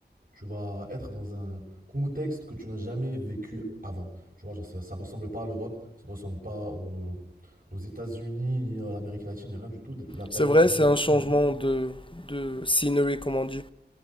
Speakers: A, on the right; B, on the left.
A: tu vas être dans un contexte que tu n'as jamais vécu avant. Tu vois, genre, ça, ça ressemble pas à l'Europe, ça ne ressemble pas au- aux, États-Unis, ni à l'Amérique latine, ni rien du tout. La Thaïlande,
B: C'est vrai,
A: c'est vraiment...
B: c'est un changement
A: Mhm.
B: de, de scenery, comme on dit.